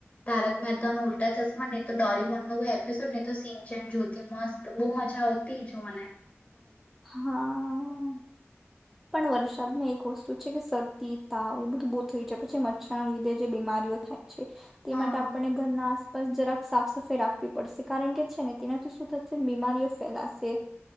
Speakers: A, on the left; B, in the centre.
A: તારક મહેતા ન ઉલટા જ નહી તો ડોરીમન ન એપિસોડ નહી તો સિનચન જોતી મસ્ત બહુ મજા આવતી જ મને
B: હા, પણ વર્ષદ મે વસ્તુ છે કે શરદી તાવ એ બધું બહુ થઈ જાય, પછી મચ્છર ના લીધે જે બીમારીઓ થાય છે, તે
A: હા
B: માટે આપને ઘરના જરાક સાફ સફાઈ રાખવી પડશે કારણ કે છે ને તેનાથી શું થશે, બીમારીઓ ફેલાશે